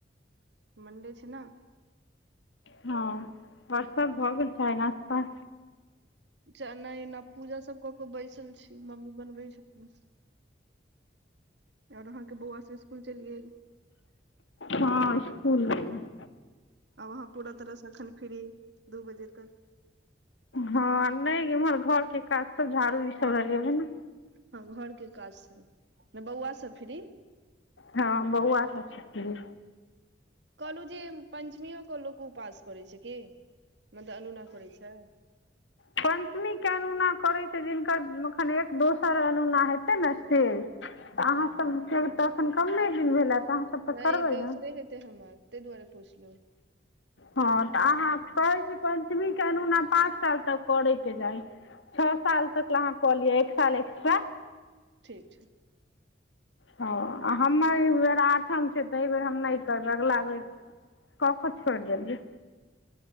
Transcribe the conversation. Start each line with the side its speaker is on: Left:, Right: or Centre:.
Right: मंडे छै नऽ।
Left: हँ और सब भऽ गेल छै चाय नास्ता?
Right: चा नै एना पूजा सब कऽ के बैसल छी मम्मी बनबै छथिन। और आहाँके बौआ सब स्कुल चैल गेल?
Left: हँ स्कुल गेलै?
Right: आब आहाँ पूरा तरह सँ अखन फ्री दू बजे तक।
Left: हँ नैय इम्हर घर के काज सब झाड़ू। <unintelligible>
Right: हँ घ
Left: ने
Right: हँ घर के काज सब ने बौआ सऽ फ्री।
Left: हँ बौआ सब सऽ फ्री।
Right: कहलहु जे पंचमीयो के लोक उपास करेै छै की मतलब अनुना करै छै?
Left: पञ्चमी के अनुना करै छै जिनकर मखन एक दोसर अनुना हेतै ने से। तऽ आहाँ सबके तऽ एखन कमे दिन भेलए आहाँ त तऽ।
Right: नैय
Left: करबै
Right: दोसरे
Left: ने
Right: हेतेै हमर तैय दुआरे पुछलौ।
Left: हँ तऽ आहाँ कहै छी पञ्चमी के अनुना पाँच साल तक करैके चाही। छ साल तक कऽ ला आहाँ कलिअ एक साल एकस्ट्रा।
Right: ठीक छै।
Left: हँ आ हमर एय बेर आठम छै तऽ एय बेर हम नै करबै अगिला बेर- ककर छोड़ देलियै?